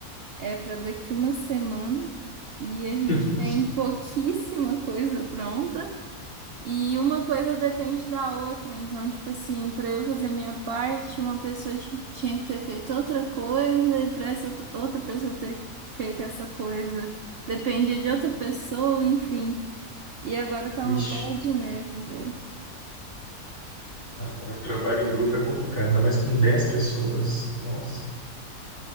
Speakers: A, on the right; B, on the left.
A: é para daqui uma semana e a
B: <laughs>
A: gente tem pouquíssima coisa pronta e uma coisa depende da outra. Então, tipo assim, para eu fazer minha parte, uma pessoa ti- tinha que ter feito outra coisa e para essa t- outra pessoa ter feito essa coisa dependia de outra pessoa, enfim. E agora tá
B: Vixe,
A: uma bola de neve,
B: ah, o trabalho em grupo é complicado, ainda mais com 10 pessoas. Nossa,